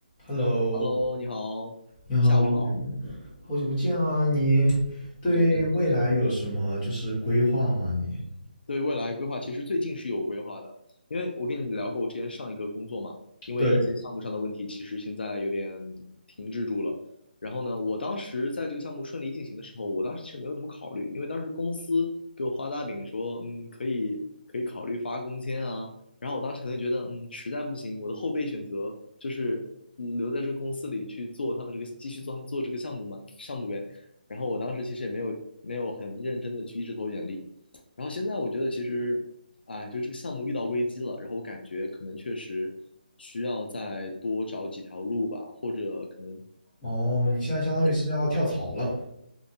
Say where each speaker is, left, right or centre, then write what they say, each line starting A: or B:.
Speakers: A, on the left (about 15°); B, on the left (about 70°).
A: Hello，
B: Hello，你好，
A: 你好，
B: 下午好，
A: 好久不见啊！你对未来有什么就是规划吗？
B: 好久不见，好久不见。
A: 你
B: 对未来规划，其实最近是有规划的，因为我跟你聊过我之前上一个工作嘛，因为一些项目上的问题，
A: 对
B: 其实现在有点停滞住了。然后呢，我当时在这个项目顺利进行的时候，我当时其实没有怎么考虑，因为当时公司给我画大饼说，嗯，可以可以考虑发工签啊。然后我当时可能觉得，嗯，实在不行，我的后备选择就是嗯留在这个公司里去做他们这个继续做他们做这个项目嘛，项目呗。然后我当时其实也没有没有很认真的去一直投简历。然后现在我觉得其实，哎，就这个项目遇到危机了，然后我感觉可能确实需要再多找几条路吧，或者可能
A: 哦，你现在相当于是要跳槽了，
B: 对